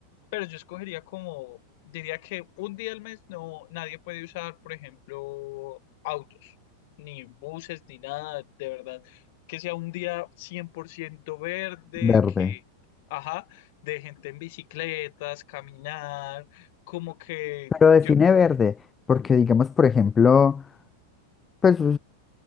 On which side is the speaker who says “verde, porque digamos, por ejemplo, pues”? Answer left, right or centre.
Left